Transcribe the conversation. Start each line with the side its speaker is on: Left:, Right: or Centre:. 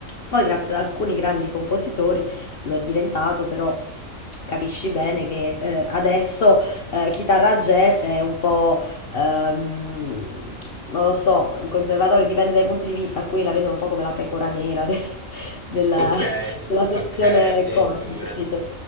Left: Poi grazie ad alcuni grandi compositori lo è diventato, però capisci bene che eh, adesso eh, chitarra jazz è un po' Ehm, non lo so, in conservatorio dipende dai punti di vista, alcuni la vedono un po' come la pecora nera de- <laughs> della,
Right: Ok,
Left: della sezione
Right: ok, addirittura.
Left: corvi, capito?